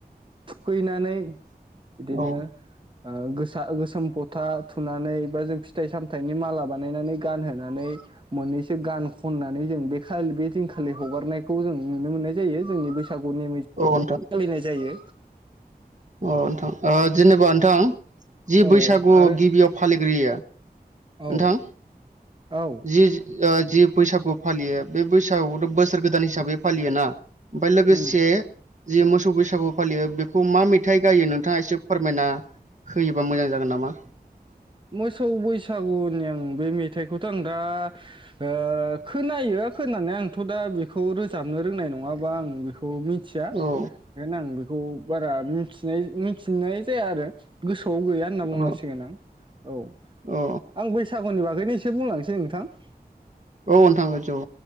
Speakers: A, on the right; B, on the right.
A: थुखैनानै दिनो
B: औ
A: ओ गोसा गोसोम फथा थुनानै बा जों फिथाइ सामथाइनि माला बानायनानै गानहोनानै मोननैसो गान खननानै जों बे खालि बे दिनखालि हगारनायखौ जों नुनो मोननाय जायो जोंनि बेस सागुनि <unintelligible>
B: नोंथां
A: सोलिनाय जायो।
B: अ नोंथां ओ जेनेबा नोंथां जि
A: औ
B: बैसागु
A: आरो
B: गिबियाव फालिग्रोयो नोंथां
A: औ औ ।
B: जि ओ जि बैसागु फालियो बे बैसागुखौथ' बोसोर गोदान हिसाबै फालियो ना ‌। ओमफ्राय लोगोसे
A: उम
B: जि मोसौ बैसागु फालियो बेखौ मा मे थाइ गायो नोंथाङा एसे फोरमायना होयोबा मोजां जागोन नामा?
A: मोसौ बैसागुनि आं बे मेथाइखौथ' आं दा ओ खोनायो दा खोनानाया आंथ' दा बेखौ रोजाबनो रोंनाय नङाबा आं बेखौ खौ मिथिया ओंखायनो
B: औ
A: आं बेखौ बारा मिथिनाय मिथिनाय जाया आरो गोसोआव गैया होनना बुंनांसिगोन
B: औ
A: आं । औ
B: औ
A: आं बैसागुनि बागैनो एसे बुंलांसै नोंथां ।
B: औ नोंथां औ